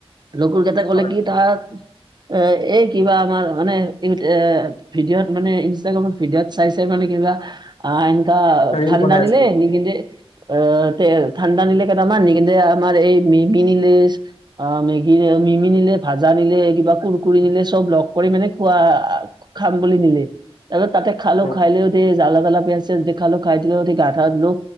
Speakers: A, on the right (about 45°); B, on the left (about 85°).
A: লগৰকেটাই ক'লে
B: হয়।
A: কি তাক এ এই কিবা আমাৰ মানে, ইহঁতে ভিডিঅ'ত মানে, ইনষ্টাগ্ৰামত ভিডিঅ'ত চাই-চাই মানে কিবা আ এনকা
B: ৰিল
A: ঠাণ্ডা
B: বনাই আছিল
A: দিলে দিকিনে আ তে ঠাণ্ডা নিলে কেইটামান নিকিনে আমাৰ এই মি পি নিলে অ মেগী নি, মিমি নিলে, ভাজা নিলে কিবা কুৰকুৰি নিলে, চব লগ কৰি মানে খোৱা আ খাম বুলি নিলে। তাৰপিছত তাতে খালোঁ,
B: অ
A: খাই লৈ উঠি জালে-জালে পিয়াঁজ-ছিয়াজ দি খালোঁ। খাই লৈ উঠি গা-ঠা ধুলো।